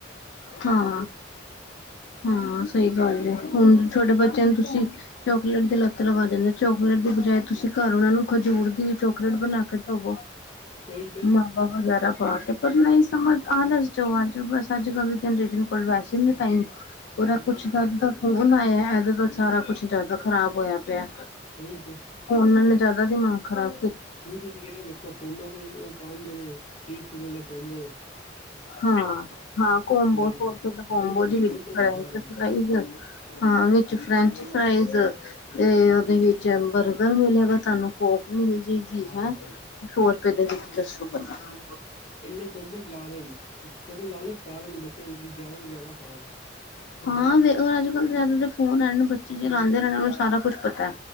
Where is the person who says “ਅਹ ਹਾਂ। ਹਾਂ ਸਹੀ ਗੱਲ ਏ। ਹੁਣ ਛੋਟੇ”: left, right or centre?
Left